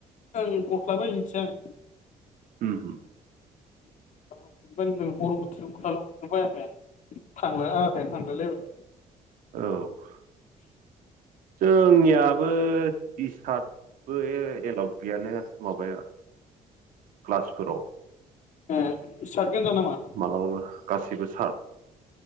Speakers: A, on the left (about 60°); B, on the right (about 75°).
A: आं गस्लाबायहैनोसै आं
B: उमहो
A: <unintelligible> मरम बोथोराव गसला लंपेनखोनो थांलाय आधायानो थांलायलायबाय।
B: औ ओ जोंनियाबो टि सार्टबो एलावउड गैयाना माबाया क्लासफोराव
A: ओम सार्ट गोजा नामा?
B: मालाबाबो गासैबो सार